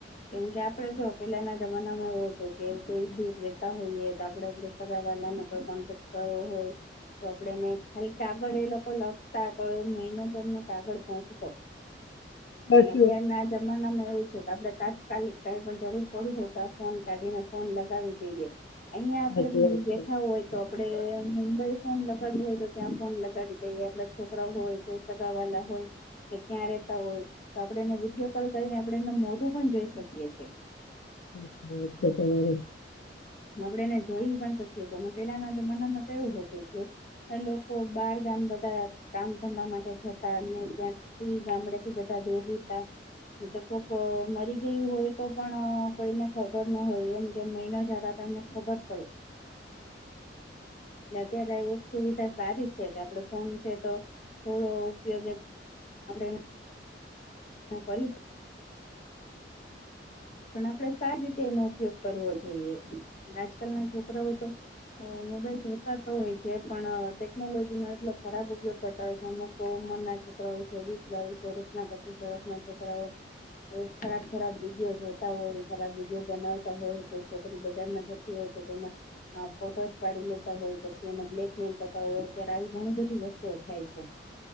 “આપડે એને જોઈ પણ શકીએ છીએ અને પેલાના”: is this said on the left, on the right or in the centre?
Left